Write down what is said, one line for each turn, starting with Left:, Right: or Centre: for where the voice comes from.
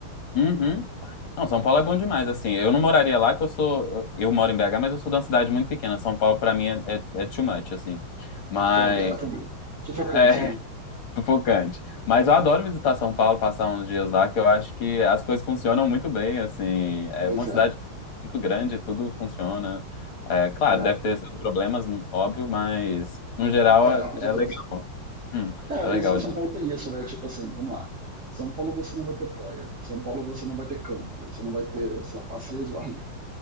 Left: Uhum. Não, São Paulo é bom demais, assim. Eu não moraria lá, que eu sou. Eu, eu moro em BH, mas eu sou de uma cidade muito pequena. São Paulo, pra mim, é, é, é too much, assim. Mas.
Right: A foga, a sufocante,
Left: É,
Right: né?
Left: Sufocante. Mas eu adoro visitar São Paulo, passar uns dias lá, que eu acho que as coisas funcionam muito bem, assim. É
Right: Pois
Left: uma cidade
Right: é.
Left: muito grande, tudo funciona. É, claro,
Right: É,
Left: deve ter seus problemas, hum, óbvio, mas no geral
Right: é,
Left: é,
Right: com certeza.
Left: é legal. Hum,
Right: É,
Left: é legal
Right: e São
Left: de.
Right: São Paulo tem isso, né? Tipo assim, vamos lá. São Paulo você não vai ter praia. São Paulo você não vai ter campo. Você não vai ter, sei lá, passeios ao ar livre.